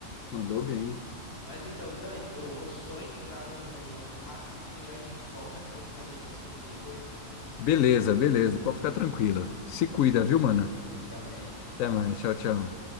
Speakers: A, on the left; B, on the left.
A: Mandou bem.
B: Mas então, Dani, eu vou só entrar numa reunião aqui rapidinho e a gente volta a conversar desse assunto depois.
A: Beleza, beleza. Pode ficar tranquila. Se cuida,
B: Fechou?
A: viu, mano?
B: Você também. Tchau,
A: Até mais.
B: tchau.
A: Tchau, tchau.